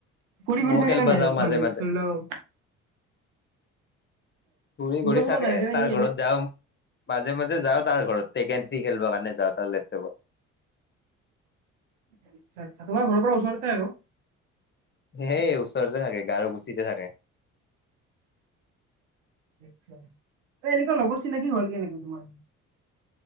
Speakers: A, on the right (about 75°); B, on the left (about 30°).
A: ঘূৰি ঘূৰি
B: ময়ো
A: থাকে
B: খেলবা
A: নে নাই
B: যাওঁ মাজে
A: মানে
B: মাজে
A: ধৰি লওক
B: ঘূৰি
A: ফুৰিব
B: ঘূৰি
A: চুৰিব
B: থাকে,
A: যায় নে
B: তাৰ
A: সি এনে
B: ঘৰত যাও। মাজে মাজে যাও, তাৰ ঘৰত টেকেন থ্ৰী খেলিবৰ কাৰণে যাও তাৰ লেপটপত।
A: আচ্ছা আচ্ছা তোমাৰ ঘৰৰ পৰা ওচৰতে আৰু
B: সেই ওচৰতে থাকে, গাৰু গুচিতে থাকে।
A: এ, এনেকোৱা লগৰ চিনাকি হ'ল কেনেকৈ তোমাৰ।